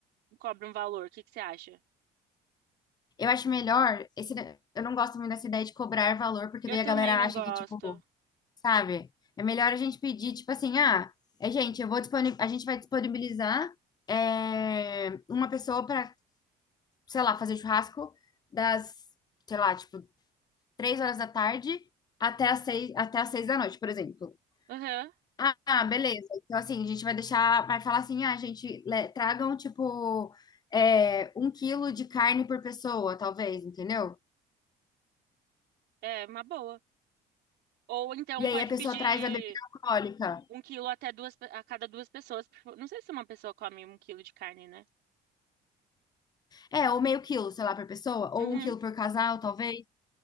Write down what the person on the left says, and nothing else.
Eu acho melhor, esse, eu não gosto muito dessa ideia de cobrar valor, porque
daí
a galera
acha
que, tipo, sabe? É melhor a gente pedir, tipo assim, ah, é, gente, eu vou disponi- a gente vai disponibilizar é, uma pessoa pra, sei lá, fazer churrasco das, sei lá, tipo, três horas da tarde até as seis, até as seis da noite, por exemplo.
Ah, ah, beleza. Então, assim, a gente vai deixar, vai falar assim, ah, gente, le- tragam, tipo, é, um quilo de carne por pessoa, talvez, entendeu?
E
aí a pessoa
traz a bebida alcoólica.
É, ou meio quilo, sei lá, por pessoa, ou
um quilo por casal, talvez.